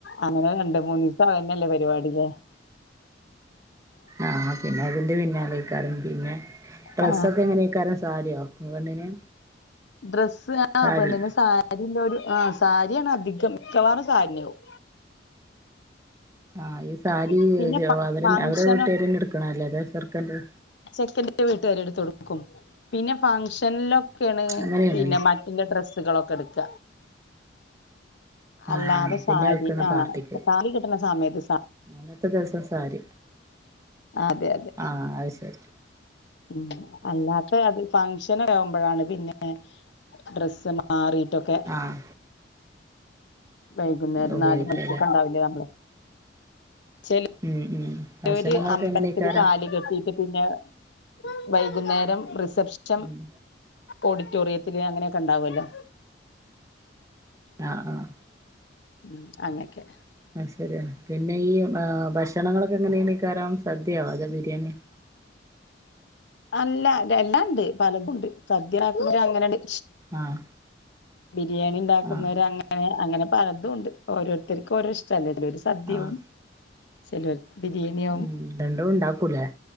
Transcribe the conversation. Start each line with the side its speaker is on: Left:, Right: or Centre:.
Left: അങ്ങനെ രണ്ട് മൂന്നിസം അതന്നെല്ലേ പരിപാടികൾ?
Right: ആഹ പിന്നെ അതിന്റെ പിന്നാലെ എയ്ക്കാരും പിന്നെ ഡ്രസ്സൊക്കെ
Left: ആ
Right: എങ്ങനേക്കാരും സാരിയോ പെണ്ണിന്
Left: ഡ്രസ്സ് ആ
Right: സാരി
Left: പെണ്ണിന് സാരിലോല് ആ സാരിയാണ് അധികം മിക്കവാറും സാരിയാവും.
Right: ആഹ് ഈ സാരി
Left: പി- പിന്നെ ഫ
Right: അവ
Left: ഫംഗ്ഷന്
Right: അവരുടെ വീട്ടുകാരന്നെ എടുക്കണല്ലേ അതോ ചെർക്കന്റെ
Left: ചെക്കന്റെ വീട്ടുകാരെടുത്തൊടുക്കും. പിന്നെ ഫംഗഷനിലൊ ക്കെണ്
Right: അങ്ങനെയാണല്ലേ
Left: പിന്നെ മറ്റിന്റെ ഡ്രെസ്സുകളൊക്കെ എടുക്ക.
Right: ആഹ്
Left: അല്ലാതെ
Right: പിന്നെ
Left: സാരി
Right: വെക്കണ
Left: ആ
Right: പാർട്ടിക്ക്
Left: താലി കെട്ട്ണ സമയത്ത് സാ
Right: അന്നത്തെ ദിവസം സാരി
Left: അതെ അതെ
Right: ആയ് സെരി.
Left: ഉം അല്ലാ അത് ഫംഗഷന് ആവുമ്പോഴാണ് പിന്നെ ഡ്രസ്സ് മാറിട്ടൊക്കെ.
Right: ആ
Left: വൈകുന്നേരം
Right: ഉപയോഗിക്കല്ലേ
Left: നാല് മണിക്കൊക്കെ ഉണ്ടാവില്ലേ നമ്മള് ചേലു
Right: ഉം ഉം ഭക്ഷണങ്ങളൊക്കെ
Left: ഇവര് അമ്പലത്തില്
Right: എങ്ങനെക്കാരം
Left: താലി കെട്ടീട്ട് പിന്നെ വൈകുന്നേരം റിസെപ്ഷൻ
Right: ഉം
Left: ഓഡിറ്റോറിയത്തില് അങ്ങനെയൊക്കെ ഉണ്ടാവുല്ലോ
Right: ആഹ് ആഹ്
Left: മ് അങ്ങെയൊക്കെ
Right: ആഹ് ശരിയ പിന്നെ ഈ ഭക്ഷണങ്ങളൊക്കെ എങ്ങനെയാണീക്കാരാം സദ്യയാ അതോ ബിരിയാണിയ
Left: അല്ല എല്ലാണ്ട് പലതുണ്ട് സദ്യയാക്കുന്ന അങ്ങനെയുണ്ട്
Right: ആഹ്
Left: ബിരിയാണി ഉണ്ടാക്കുന്നവർ
Right: ആഹ്
Left: അങ്ങനെ അങ്ങനെ പലതും ഉണ്ട് ഓരോരുത്തർക്കും ഓരോ ഇഷ് ചിലരു സദ്യവും
Right: ആഹ്
Left: ചിലരു ബിരിയാണിയാവും
Right: ഉം രണ്ടും ഉണ്ടാക്കൂലേ